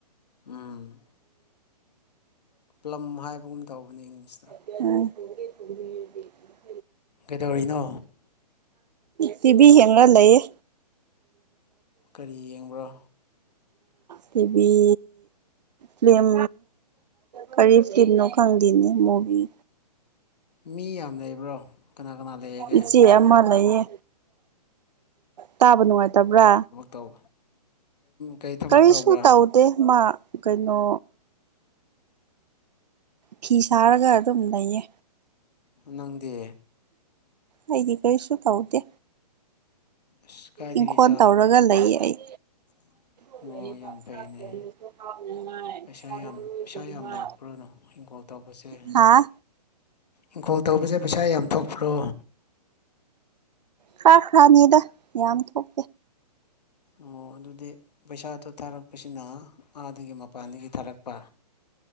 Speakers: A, on the left; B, on the right.
A: ꯎꯝ ꯄ꯭ꯂꯝ ꯍꯥꯏꯕꯒꯨꯝ ꯇꯧꯕꯅꯤ ꯏꯪꯂꯤꯁꯇ
B: <unintelligible>
A: ꯀꯩꯗꯧꯔꯤꯅꯣ
B: ꯇꯤꯚꯤ ꯍꯦꯡꯅ ꯂꯩꯌꯦ
A: ꯀꯔꯤ ꯌꯦꯡꯕ꯭ꯔꯣ
B: ꯇꯤꯚꯤ <unintelligible> ꯀꯔꯤ ꯇꯤꯝꯅꯣ ꯈꯪꯗꯦꯅꯦ ꯃꯣꯒꯤ
A: ꯃꯤ ꯌꯥꯝ ꯂꯩꯕ꯭ꯔꯣ ꯀꯅꯥ ꯀꯅꯥ ꯂꯩꯔꯒꯦ
B: ꯏꯆꯦ ꯑꯃ ꯂꯩꯌꯦ ꯇꯥꯕ ꯅꯨꯡꯉꯥꯏꯇꯕ꯭ꯔꯥ
A: ꯇꯧ ꯀꯩ ꯊꯕꯛ
B: ꯀꯔꯤꯁꯨ
A: ꯇꯧꯕ꯭ꯔꯥ
B: ꯇꯧꯗꯦ ꯃꯥ ꯀꯩꯅꯣ ꯐꯤ ꯁꯥꯔꯒ ꯑꯗꯨꯝ ꯂꯩꯌꯦ
A: ꯅꯪꯗꯤ
B: ꯑꯩꯗꯤ ꯀꯩꯁꯨ ꯇꯧꯗꯦ
A: ꯑꯁ ꯀꯥꯏꯗꯒꯤ
B: ꯏꯪꯈꯣꯜ
A: ꯏꯆꯥ
B: ꯇꯧꯔꯒ ꯂꯩꯌꯦ ꯑꯩ
A: <inaudible>
B: <unintelligible> ꯂꯩꯌꯦꯕ
A: ꯌꯥꯝ ꯐꯩꯅꯦ
B: ꯆꯥꯛ ꯊꯣꯡꯂꯁꯨ ꯍꯥꯞꯅꯉꯥꯏ
A: ꯄꯩꯁꯥ
B: ꯁꯥꯃꯔꯣꯏꯒꯨꯝꯕ
A: ꯌꯥꯝ ꯄꯩꯁꯥ ꯌꯥꯝ ꯂꯥꯛꯄ꯭ꯔꯣꯅꯣ ꯏꯪꯈꯣꯜ ꯇꯧꯕꯁꯦ
B: ꯍꯥꯥ
A: ꯏꯪꯈꯣꯜ ꯇꯧꯕꯁꯦ ꯄꯩꯁꯥ ꯌꯥꯝ ꯊꯣꯛꯄ꯭ꯔꯣ
B: ꯈꯔ ꯈꯔꯅꯤꯗ ꯌꯥꯝ ꯊꯣꯛ
A: ꯑꯣ ꯑꯗꯨꯗꯤ ꯄꯩꯁꯥꯗꯨꯣ ꯊꯥꯔꯛꯄꯁꯤꯅ ꯑꯥꯗꯒꯤ ꯃꯄꯥꯟꯗꯒꯤ ꯊꯥꯔꯛꯄ